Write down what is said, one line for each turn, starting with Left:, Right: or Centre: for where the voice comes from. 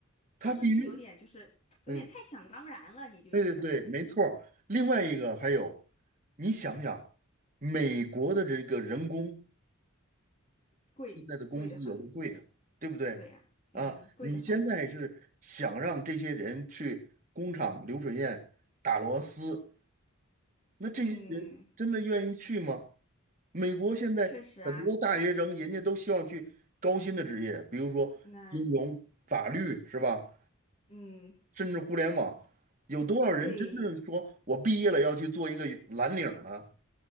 Left: 他是不是有点就是有点太想当然了？
Right: 它必须，嗯，
Left: 你就觉得可能是。
Right: 对对对，没错儿。另外一个还有，你想想，美国的这个人工。
Left: 贵贵的很，
Right: 现在的工资有多贵啊，对不对？
Left: 对呀、
Right: 啊，
Left: 嗯，贵的很，
Right: 你现在是想让这些人去工厂流水线打螺丝，那这些人真的愿意去吗？
Left: 嗯，
Right: 美国现在很多大学生，
Left: 确实啊，
Right: 人家都希望去高薪的职业，比如说金融、
Left: 那
Right: 法律，是吧？
Left: 嗯，
Right: 甚至互联网，有多少人真正说我毕业了要去做一个蓝领儿呢？
Left: 对，